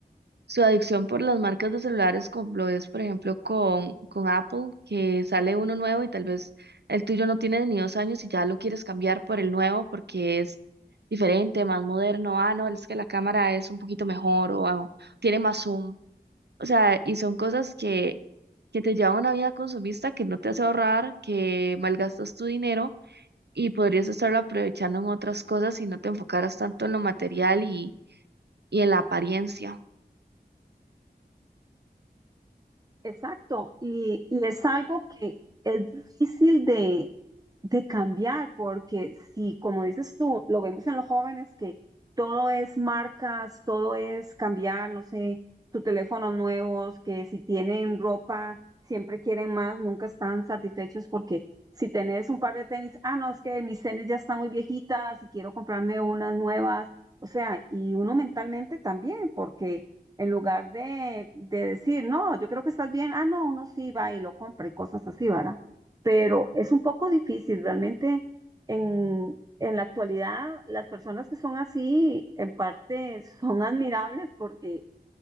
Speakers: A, on the right; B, on the right.
A: su adicción por las marcas de celulares, como lo es, por ejemplo, con, con Apple, que sale uno nuevo y tal vez el tuyo no tiene ni dos años y ya lo quieres cambiar por el nuevo porque es diferente, más moderno. Ah, no, es que la cámara es un poquito mejor o, o tiene más zoom. O sea, y son cosas que, que te llevan a una vida consumista que no te hace ahorrar, que malgastas tu dinero y podrías estarlo aprovechando en otras cosas si no te enfocaras tanto en lo material y, y en la apariencia.
B: Exacto, y, y es algo que es difícil de, de cambiar, porque si, como dices tú, lo vemos en los jóvenes que todo es marcas, todo es cambiar, no sé, tu teléfono nuevos, que si tienen ropa, siempre quieren más, nunca están satisfechos porque si tenés un par de tenis, ah, no, es que mis tenis ya están muy viejitas y quiero comprarme unas nuevas, o sea, y uno mentalmente también, porque en lugar de, de decir, no, yo creo que estás bien, ah, no, uno sí va y lo compra y cosas así, ¿verdad? Pero es un poco difícil, realmente en, en la actualidad las personas que son así en parte son admirables porque